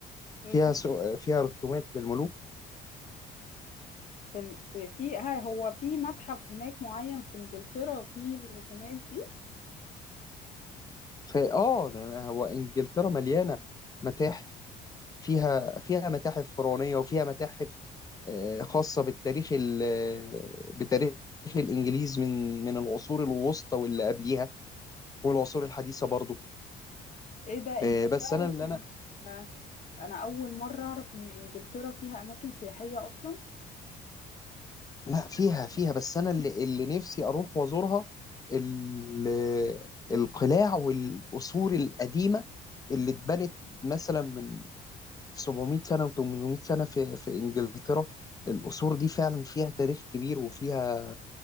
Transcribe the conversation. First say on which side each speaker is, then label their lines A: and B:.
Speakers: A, on the left (about 45°); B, on the left (about 20°).
A: يا
B: فيها
A: رسول-
B: سو- فيها رسومات للملوك
A: في ال- في في- ها هو في متحف هناك معين في إنجلترا فيه الرسومات دي
B: فآه هو إنجلترا مليانة متاحف فيها فيها متاحف فرعونية وفيها متاحف آه، خاصة بالتاريخ ال- آه، بتاريخ الإنجليز من من العصور الوسطى واللي قبليها والعصور الحديثة برضو
A: إيه ده
B: آه،
A: أنت تعرف
B: بس أنا اللي
A: إن-
B: أنا
A: آه، أنا أول مرة أعرف إن إنجلترا فيها أماكن سياحية أصلا
B: لا فيها فيها بس أنا اللي, اللي نفسي أروح وأزورها ال- آه، القلاع والقصور القديمة اللي اتبنت مثلا من 700 سنة و800 سنة في في إنجلترا القصور دي فعلا فيها تاريخ كبير وفيها